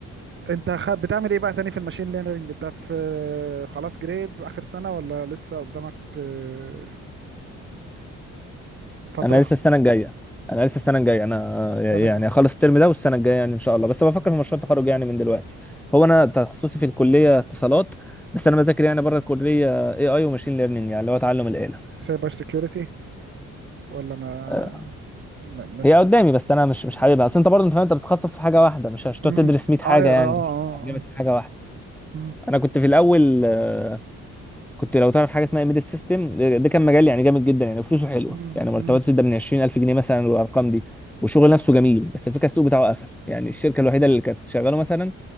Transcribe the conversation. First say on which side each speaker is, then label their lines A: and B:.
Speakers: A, on the right (about 40°); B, in the centre.
A: انت خد بتعمل ايه بقى تاني في الماشين ليرنينج انت في خلاص جريد اخر سنة ولا لسه قدامك آه، فترة
B: انا لسه السنه الجايه انا لسه السنه الجايه انا
A: سنة
B: آه، يعني
A: جاية
B: اخلص الترم ده والسنه الجايه يعني ان شاء الله بس بفكر في مشروع التخرج يعني من دلوقتي هو انا تخصصي في الكليه اتصالات بس انا بذاكر يعني بره الكليه اي اي وماشين ليرنينج يعني اللي هو تعلم الاله
A: سايبر سيكيورتي ولا ما
B: آه،
A: م- مش
B: هي قدامي
A: بت-
B: بس انا مش مش حاببها اصل انت برضه انت فاهم انت بتتخصص في حاجه واحده مش مش هتقعد
A: م.
B: تدرس 100 حاجه
A: اه اه
B: يعني مش جامد في حاجه واحده
A: اه
B: انا كنت في الاول آه، كنت لو تعرف حاجه اسمها ميد سيستم ده ده كان مجال يعني جامد جدا يعني فلوسه حلوه
A: اه
B: يعني مرتباته تبدا من 20000 جنيه مثلا والارقام دي والشغل نفسه جميل بس الفكره السوق بتاعه قفل يعني الشركه الوحيده اللي كانت شغاله مثلا